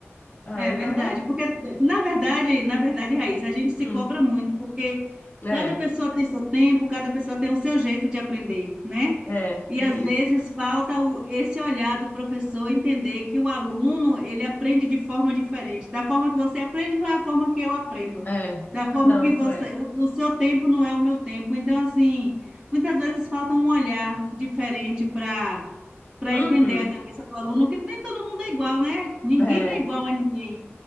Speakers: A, on the left; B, on the right.
A: Aí
B: É verdade,
A: tava,
B: porque na verdade, na verdade, Raíssa, a gente se
A: hum,
B: cobra muito, porque
A: é,
B: cada pessoa tem seu tempo, cada pessoa tem o seu jeito de aprender, né?
A: é,
B: E
A: tem
B: às vezes
A: isso.
B: falta o, esse olhar do professor entender que o aluno ele aprende de forma diferente. Da forma que você aprende não é a forma que eu aprendo.
A: É,
B: Da forma
A: não,
B: que
A: isso
B: você,
A: é.
B: o, o seu tempo não é o meu tempo. Então, assim, muitas vezes falta um olhar diferente para para
A: Uhum,
B: entender a cabeça do aluno, que nem todo mundo é igual, né? Ninguém
A: é,
B: é igual a ninguém.